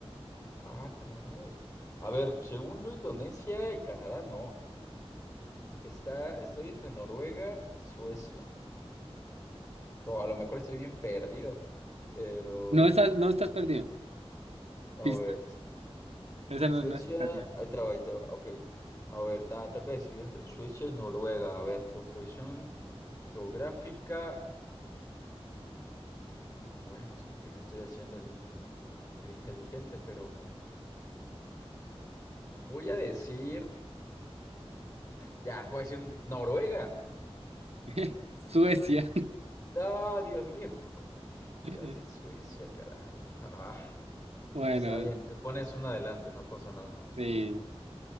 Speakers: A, on the left; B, on the right.
A: Ah, caray. A ver, según yo, Indonesia y Canadá no. Está, estoy entre Noruega y Suecia. O a lo mejor estoy bien perdido. Pero,
B: No estás, no estás perdido.
A: a
B: Pista.
A: ver.
B: Esa no,
A: Suecia,
B: no estás perdido.
A: ahí te va, ahí te va. Ok. A ver, nada, toca decidir entre Suecia y Noruega. A ver, por posición geográfica. No, bueno, es que aquí me estoy haciendo el, el- el inteligente, pero voy a decir. Ya, voy a decir Noruega.
B: <laughs> Suecia.
A: ¡Ah, Dios mío! <laughs> Iba
B: <laughs>
A: a decir Suecia, carajo. Ah,
B: Bueno,
A: está bien, te pones una adelante, no pasa nada.
B: sí.